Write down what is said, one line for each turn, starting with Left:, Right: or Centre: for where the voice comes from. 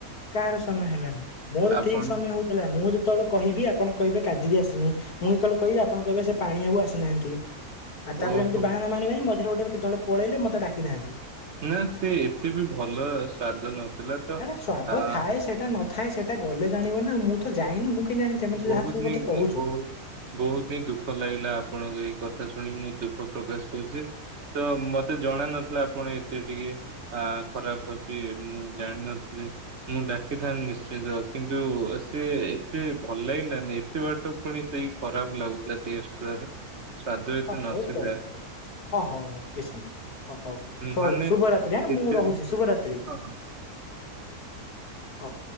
Left: କାହାର ସମୟ ହେଲାନି ମୋର
Right: ଆପଣ
Left: ଠିକ ସମୟ ହଉଥିଲା ମୁଁ ଯେତେବେଳେ କହିବି ଆପଣ କହିବେ କଦୀରି ଆସିନି। ମୁଁ ଯେତେବେଳେ କହିବି ଆପଣ କହିବେ ସେ ପାଣି ବାବୁ ଆସିନାହାନ୍ତି। ଆ ତାପରେ
Right: ଓହୋ
Left: ଏମୀତୀ ବାହନା ମାରି ମାରି ମଝିରେ ଗୋଟେ କେତେବେଳେ ପଳେଇଲେ ମତେ ଡକି ନାହାନ୍ତି।
Right: ନା ସେ ଏତେ ବି ଭଲ ସ୍ଵାଦ ନଥିଲା। ତ
Left: ଆରେ ସ୍ଵାଦ
Right: ଆ
Left: ଥାଏ ସେଇଟା ନଥାଏ ସେଇଟା ଗଲେ ଜାଣିବ ନା ମୁଁ ତ ଯାଇନି ମୁଁ କେମିତି ଜାଣିବି ତମେ
Right: ବହୁତ
Left: ତ ଯାହା ମତେ
Right: ହିଁ
Left: କହୁଛ।
Right: ବହୁତ ବହୁତ ହିଁ ଦୁଃଖ ଲାଗିଲା ଆପଣଙ୍କ ଏଇ କଥା ଶୁଣି ମୁଁ ଦୁଃଖ ପ୍ରକାଶ କୁଛି ତ ମତେ ଜଣା ନଥିଲା ଆପଣ ଏତେ ଟିକେ ଆ ଖରାପ ଭାବିବେ ମୁଁ ଜାଣିନଥିଲି। ମୁଁ ଡାକିଥାନ୍ତି ନିଶ୍ଚିତ କିନ୍ତୁ ସେ ଏତେ ଭଲ ଲାଗିଲାନି ଏତେ ବାଟ ପୁଣି ସେଇ ଖରାପ ଲାଗୁଥିଲା ଟେଷ୍ଟ ତାର। ସ୍ଵାଦ ଏତେ ନଥିଲେ।
Left: ହଉ ଚଳୁ ଚଳୁ। ହଁ ହଁ କିଛି ନାହିଁ। ଓ ହଉ ସଉ
Right: ମାନେ
Left: ଶୁଭରାତ୍ରି ଆ
Right: ଏତେ
Left: ମୁଁ ରହୁଛି ଶୁଭରାତି।
Right: ହଁ
Left: ହଉ।